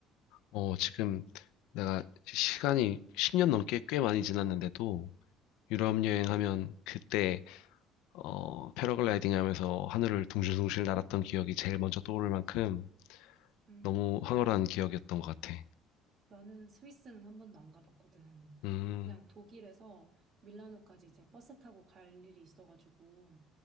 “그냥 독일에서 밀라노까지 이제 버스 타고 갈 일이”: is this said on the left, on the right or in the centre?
Right